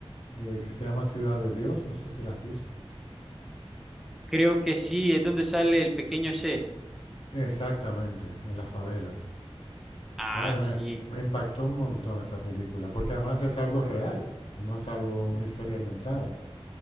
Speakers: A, on the left; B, in the centre.
A: eh, que se llama Ciudad de Dios, no sé si la has visto.
B: Creo que sí, es donde sale el pequeño C.
A: Exactamente, en las favelas,
B: Ah,
A: Madre mía,
B: sí.
A: me impactó un montón esa película, porque además es algo real, no es algo, una
B: Mm,
A: historia inventada.